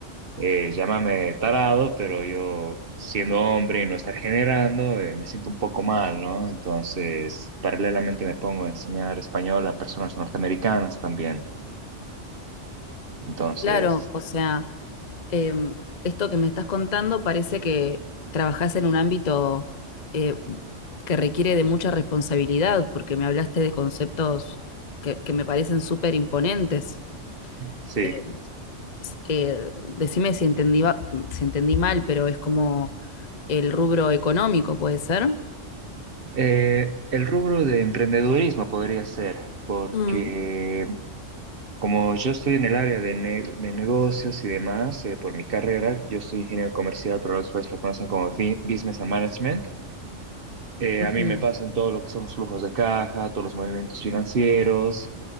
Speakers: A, on the right (about 50°); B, on the left (about 40°).
A: eh, llámame tarado, pero yo siendo hombre y no estar generando, eh, me siento un poco mal, ¿no? Entonces paralelamente me pongo a enseñar español a personas norteamericanas también. Entonces,
B: Claro, o sea. eh, esto que me estás contando parece que trabajás en un ámbito eh, que requiere de mucha responsabilidad, porque me hablaste de conceptos que, que me parecen súper imponentes.
A: sí.
B: Eh, s- eh, decime si entendí, va- si entendí mal, pero es como el rubro económico, ¿puede ser?
A: Eh, el rubro de emprendedurismo podría ser, porque
B: Mm,
A: Como yo estoy en el área de, ne- de negocios y demás, eh, por mi carrera, yo soy ingeniero comercial, pero los países lo conocen como bi- Business and Management. Eh,
B: ujú,
A: a mí me pasan todo lo que son los flujos de caja, todos los movimientos financieros,